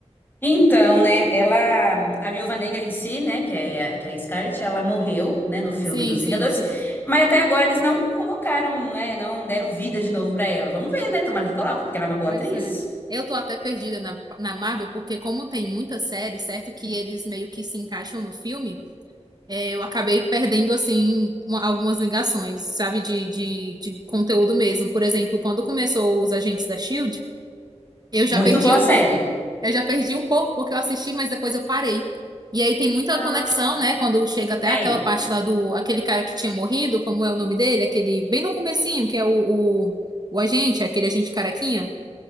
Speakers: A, on the left; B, on the right.
A: Então, né, ela, a Viúva Negra em si, né, que é, a- que é a Scarlett, ela morreu, né, no filme
B: Sim,
A: dos
B: sim,
A: Vingadores,
B: sim.
A: mas até agora eles não colocaram, né, não deram vida de novo pra ela. Vamos ver, né, tomara que coloque, porque ela é uma boa
B: Pois
A: atriz.
B: é. Eu tô até perdida na, na Marvel, porque como tem muita série, certo? Que eles meio que se encaixam no filme. É, eu acabei perdendo, assim, uma- algumas ligações, sabe, de, de, de conteúdo mesmo. Por exemplo, quando começou os Agentes da Shield, eu já
A: Muito
B: perdi
A: boa
B: um
A: a série.
B: pouco. Eu já perdi um pouco porque eu assisti, mas depois eu parei. E aí tem muita
A: Ah,
B: conexão, né? Quando chega até
A: tem.
B: aquela parte lá do, aquele cara que tinha morrido, como é o nome dele? Aquele, bem no comecinho, que é o, o, o agente, aquele agente carequinha.